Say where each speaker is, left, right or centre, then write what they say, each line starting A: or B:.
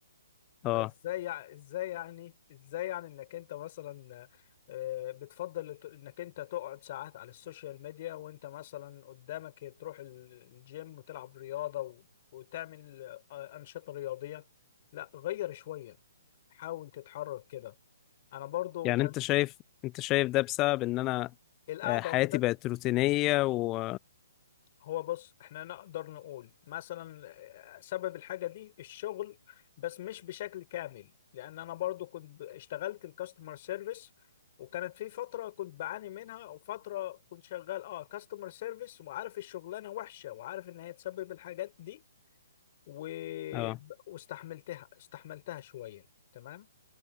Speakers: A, on the left; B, on the left.
A: ما
B: اه
A: ازاي يع- ازاي يعني ازاي يعني انك انت مثلا آه، بتفضل الت- انك انت تقعد ساعات على السوشيال ميديا وانت مثلا قدامك تروح ال- الجيم وتلعب رياضة و- وتعمل آه، أنشطة رياضية لا غير شوية حاول تتحرك كده انا برضو
B: يعني
A: كان
B: انت شايف انت شايف ده بسبب ان انا
A: القعدة
B: آه، حياتي
A: وحدك
B: بقت روتينيه و
A: هو بص احنا نقدر نقول مثلا آه، سبب الحاجة دي الشغل بس مش بشكل كامل لان انا برضو كنت ب- اشتغلت الكاستمر سيرفيس وكانت في فترة كنت بعاني منها وفترة كنت شغال اه كاستمر سيرفيس وعارف الشغلانة وحشة وعارف ان هي تسبب الحاجات دي و...
B: اه
A: واستحملتها استحملتها شوية تمام